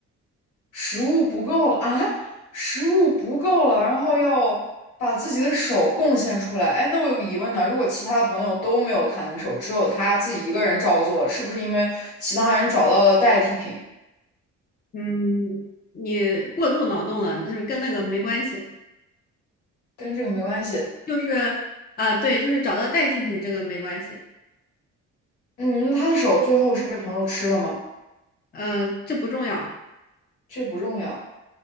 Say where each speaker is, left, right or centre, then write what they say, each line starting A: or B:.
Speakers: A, on the left; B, on the left.
A: 食物不够了啊！食物不够了，然后要把自己的手贡献出来。哎，那我有个疑问呢，如果其他的朋友都没有砍那手，只有他自己一个人照做了是不是因为其他人找到了代替品，
B: 嗯，你过度脑洞了，就是跟那个没关系，
A: 跟这个没关系？
B: 就是啊，对，就是找到代替品这个没关系，
A: 嗯，那他的手最后是被朋友吃了吗？
B: 呃，这不重要，
A: 这不重要。